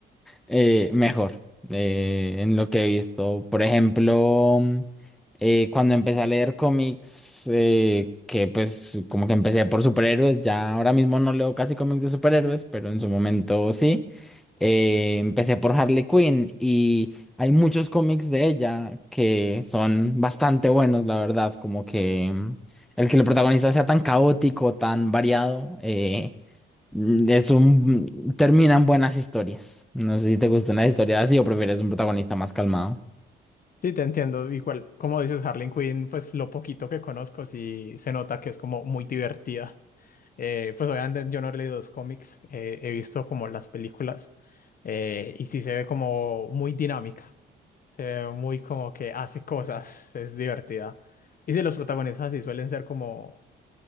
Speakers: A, in the centre; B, on the left (about 45°).
A: eh, mejor eh, en lo que he visto. Por ejemplo, eh, cuando empecé a leer cómics, eh, que pues como que empecé por superhéroes, ya ahora mismo no leo casi cómics de superhéroes, pero en su momento sí. Eh, empecé por Harley Quinn y hay muchos cómics de ella que son bastante buenos, la verdad, como que mm, el que el protagonista sea tan caótico, tan variado. eh, Mm, Es un... Terminan buenas historias. No sé si te gustan las historias así o prefieres un protagonista más calmado.
B: Sí, te entiendo. Igual, como dices, Harley Quinn, pues lo poquito que conozco, sí se nota que es como muy divertida. Eh, pues obviamente yo no he leído los cómics, eh, he visto como las películas eh, y sí se ve como muy dinámica, se ve muy como que hace cosas, es divertida. Y sí, los protagonistas sí suelen ser como